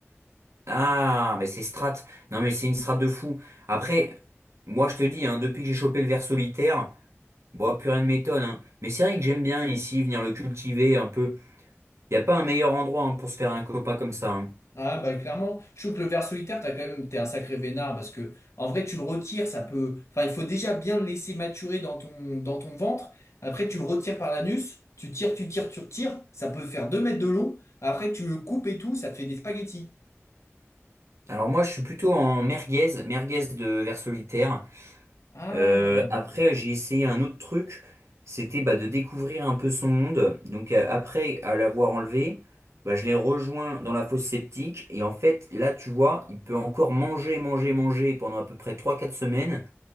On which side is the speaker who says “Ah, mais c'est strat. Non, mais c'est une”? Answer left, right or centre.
Right